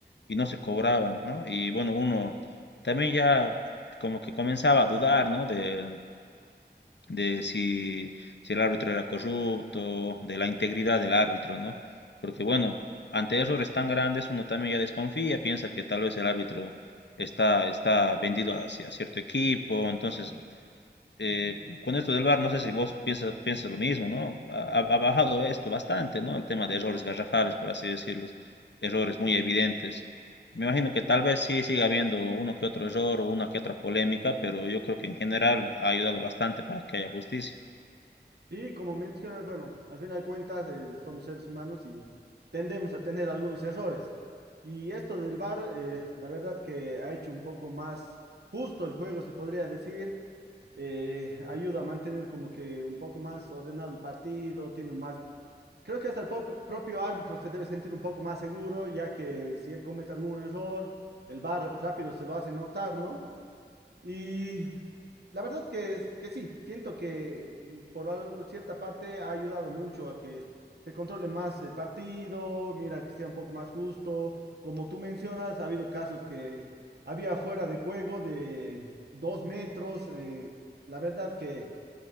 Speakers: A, on the left; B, on the right.
A: y no se cobraban, ¿no? Y bueno, uno también ya como que comenzaba a dudar, ¿no? De, de si, si el árbitro era corrupto, de la integridad del árbitro, ¿no? Porque bueno, ante errores tan grandes uno también ya desconfía, piensa que tal vez el árbitro está, está vendido hacia cierto equipo, entonces eh, con esto del VAR, no sé si vos piensas, piensas lo mismo, ¿no? Ha, ha bajado esto bastante, ¿no? El tema de errores garrafales, por así decirlos, errores muy evidentes. Me imagino que tal vez sí siga habiendo uno que otro error o una que otra polémica, pero yo creo que en general ha ayudado bastante para que haya justicia.
B: Y como mencionas, bueno, al final de cuentas eh, somos seres humanos y tendemos a tener algunos errores. Y esto del VAR, eh, la verdad que ha hecho un poco más justo el juego, se podría decir. Eh, ayuda a mantener como que un poco más ordenado el partido, tiene un más... Creo que hasta el pop- propio árbitro se debe sentir un poco más seguro, ya que si él comete algún error, el VAR rápido se lo hace notar, ¿no? Y la verdad que, es- que sí, siento que mm, por al- cierta parte ha ayudado mucho a que se controle más el partido, mira, que sea un poco más justo. Como tú mencionas, ha habido casos que había fuera de juego de dos metros. eh, la verdad que